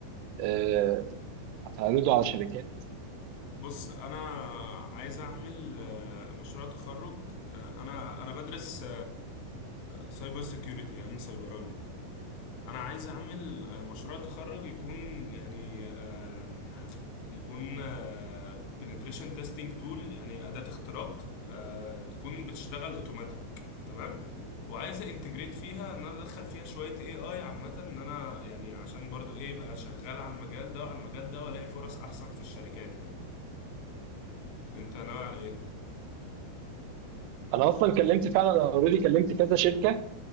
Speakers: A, on the right (about 90°); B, on the left (about 85°).
A: آه، هتعرضه على شركات
B: بص انا عايز اعمل آه، مشروع تخرج آه، انا انا بدرس سايبر سيكيورتي امن سيبراني انا عايز اعمل آه، مشروع تخرج يكون يعني آم، يكون بنتريشن تيستنج تول يعني اداه اختراق آه، تكون بتشتغل اوتوماتيك تمام وعايز انتجريت فيها ان انا ادخل فيها شويه اي اي عامه ان انا يعني عشان برضو ايه يبقى شغال على المجال ده وعلى المجال ده والاقي فرص احسن في الشركات يعني انت ناوي على ايه
A: انا اصلا كلمت فعلا انا اوريدي كلمت كذا شركة